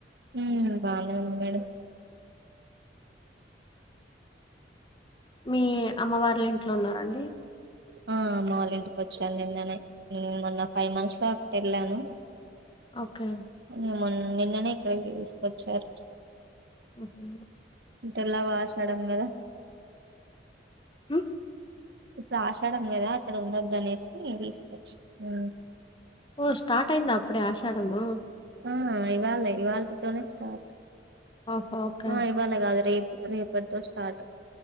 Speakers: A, on the right; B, on the left.
A: ఉమ్ బానే ఉంది మేడం
B: మీ అమ్మవాల్ల ఇంట్లో ఉన్నారాండి
A: ఆ అమ్మ వాళ్ళ ఇంటికి వచ్చాను నిన్ననే మొన్న ఫైవ్ మంత్స్ లో అటు వెళ్ళాను
B: ఓకే
A: ఇంగ మొన్న నిన్ననే ఇక్కడికి తీసుకొచ్చారు
B: ఉహు
A: ఇటేళ్లగో ఆషాడం గదా
B: ఉ
A: ఇప్పుడు ఆషాడం కదా అక్కడ ఉండద్దు అనేసి ఇగ తీసుకొచ్చిల్లు
B: ఓ స్టార్ట్ అయిందా అప్పుడె ఆషాడము
A: ఆ ఇవాలె ఇవాల్టీ తోనే స్టార్ట్
B: ఓహో ఓకే
A: ఆ ఇవాళ కాదు రేపు రేపటితో స్టార్ట్